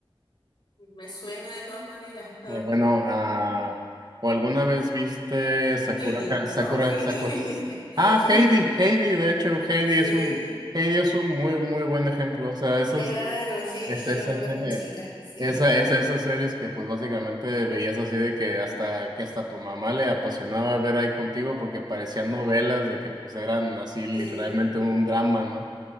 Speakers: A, on the left (about 55°); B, on the right (about 45°).
A: Me suena de todas maneras.
B: Eh, bueno, ah, o alguna vez viste Sakura,
A: Heidi,
B: Ka- Sakura,
A: ¿no? Heidi.
B: Sakura.
A: <laughs>
B: Ah,
A: Heidi.
B: Heidi, Heidi, de hecho, Heidi
A: Sí,
B: es un, Heidi es un muy, muy buen ejemplo. O sea, esas,
A: claro, Heidi
B: Es,
A: yo
B: es-
A: lo vi
B: es-
A: cuando
B: es-
A: chica, sí.
B: esa, esa, esas series que pues básicamente veías así de que hasta que hasta tu mamá le apasionaba ver ahí contigo porque parecían novelas de que pues eran así literalmente
A: Eh,
B: un drama, ¿no?